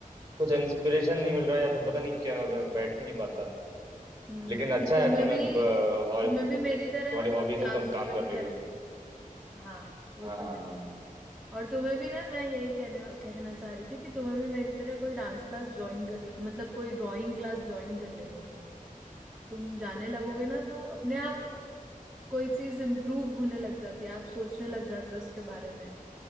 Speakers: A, on the right; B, in the centre.
A: कुछ इंस्पिरेशन नहीं मिल रहा या फिर पता नहीं क्या मैं बैठ नहीं पाता
B: हम्म
A: लेकिन अच्छा
B: तो तुम्हें
A: है तुम्हें
B: भी
A: हॉल
B: तुम्हें भी मेरी
A: तुम्हारी
B: तरह ना कोई
A: हॉबी
B: क्लास
A: से तुम
B: ज्वाइन
A: काम कर रही
B: करनी
A: हो
B: हाँ वो
A: हाँ
B: तो
A: हाँ
B: है
A: हाँ
B: और तुम्हें भी ना मैं यही कहने कहना चाह रही थी कि तुम्हें भी मेरी तरह कोई डांस क्लास ज्वाइन कर ले- मतलब कोई ड्राइंग क्लास ज्वाइन कर लेनी चाहिए तुम जाने लगोगे ना तो अपने आप कोई चीज इम्प्रूव होने लग जाती है आप सोचने लग जाते हो उसके बारे में